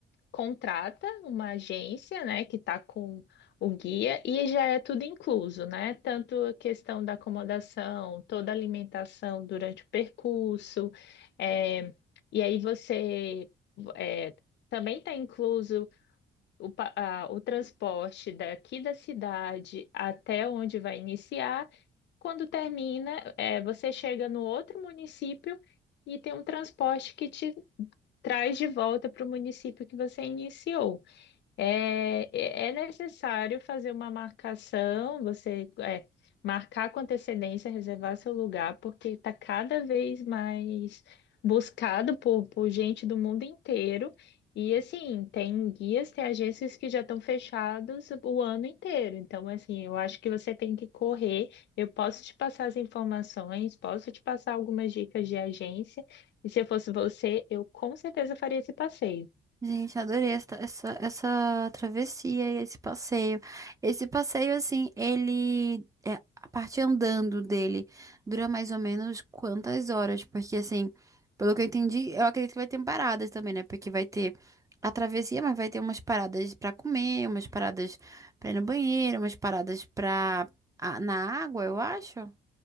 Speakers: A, on the left (about 65°); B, on the right (about 15°).
A: contrata uma agência, né, que está com o guia e já é tudo incluso, né? Tanto a questão da acomodação, toda a alimentação durante o percurso, é, e aí você é, também está incluso o, pa- a- o transporte daqui da cidade até onde vai iniciar. Quando termina, é, você chega no outro município e tem um transporte que te traz de volta para o município que você iniciou. É, é é necessário fazer uma marcação, você é, marcar com antecedência, reservar seu lugar, porque está cada vez mais buscado por, por gente do mundo inteiro. E assim, tem guias, tem agências que já estão fechados o ano inteiro. Então, assim, eu acho que você tem que correr. Eu posso te passar as informações, posso te passar algumas dicas de agência. E se eu fosse você, eu com certeza faria esse passeio.
B: Gente, adorei essa essa, essa, travessia e esse passeio. Esse passeio, assim, ele. é, a parte andando dele dura mais ou menos quantas horas? Porque, assim, pelo que eu entendi, eu acredito que vai ter paradas também, né? Porque vai ter a travessia, mas vai ter umas paradas pra comer, umas paradas pra ir no banheiro, umas paradas pra. a- na água, eu acho.